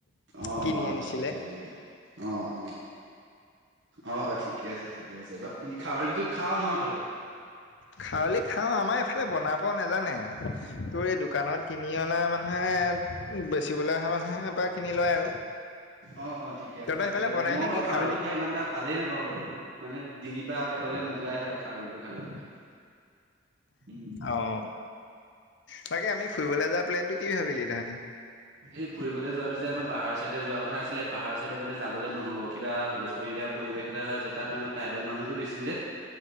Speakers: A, on the right; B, on the left.
A: অ'-অ'
B: কিনি আনিছিলে।
A: ঠিকে আছে থিকে, অ'-অ'। অ'- অ' ঠিকে আছে ঠিকে- আছে বাকী খাৰলিটো খাৱ ন তই
B: খাৰলি খাওঁ, আমাই বনাব নাজানে, তোৰ এই দোকানত কিনি অনা মানে মানুহে বেচিবলে অহা মানুহৰ পৰা কিনি লয় আৰু।
A: অ'- অ' ঠিকে
B: তহঁতৰ
A: আছে-
B: সেইফালে
A: ঠিকে আছে
B: বনাই
A: মই
B: নে
A: বাৰু
B: কি
A: খাৰলিটো
B: খাৰলি?
A: খাই ইমান এটা ভালেই নাপাওঁ বাৰু মানে ডিঙিৰ পৰা পেটত লে নোযোৱাই হয় খাৰলিটো খালে উম
B: অ' বাকী আমি ফুৰিবলৈ যোৱা প্লেনটো কি ভাবিলি তহঁতি।
A: স ফুৰিবলৈ যোৱাটো যে আমাৰ পাহাৰৰ চাইডে যোৱা কথা আছিলে পাহাৰৰ চাইডে মানে যাবলে নহ'ব কিবা হুলস্থুলী দিয়া পৰিৱেশ এটা হৈ আছে তাত মানে ট্ৰাইবেল মানুহতটো বেছি যে